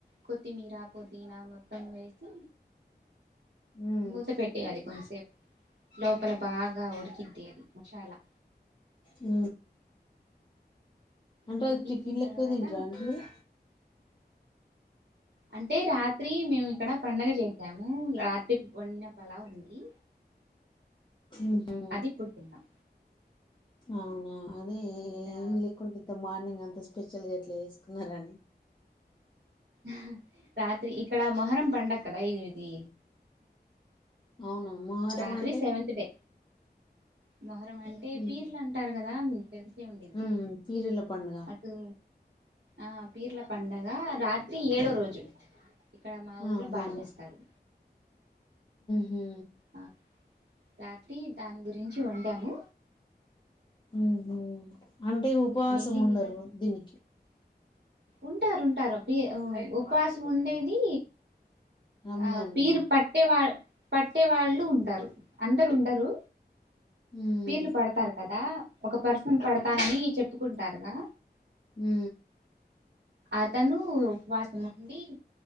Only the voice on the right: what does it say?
కొత్తిమీర పుదీనా మొత్తం వేసి
మూత పెట్టేయాలి కొంసేపు లోపల బాగా ఉడికిద్ది అది మసాలా
ఉడికించిన
తర్వాత
అంటే రాత్రి మేము ఇక్కడ పండగ చేసాము రాత్రి వండిన పలావ్ ఉంది
అది ఇప్పుడు తిన్నాం
ఇక్కడ
ఆహ రాత్రి ఇక్కడ మొహరం పండగ కదా ఇది
రాత్రి
సెవెంత్ డే మొహరం అంటే
పీర్లు అంటారు కదా ఉండిద్దీ
అటు ఆ పీర్ల పండగ కదా రాత్రి ఏడోరోజు ఇక్కడ మా ఊర్లో
బాగా చేస్తారు
ఆ రాత్రి దాని గురించి వండామూ
మిగిలిందిగా
ఉంటారు ఉంటారు పి ఉపవాసం ఉండేది
ఆ పీరు
పట్టె వాళ్ళు పట్టే వాళ్ళు ఉంటారు అందరు ఉండరు
పీర్లు పడతారు కదా ఒక పర్సన్ పడతానని చెప్పుకుంటారుగా
అతను ఉపవాసం ఉండి